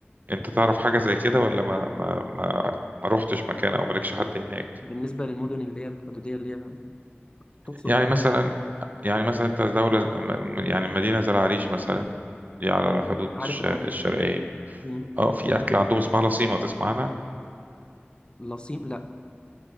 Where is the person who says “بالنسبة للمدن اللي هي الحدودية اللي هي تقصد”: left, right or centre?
Left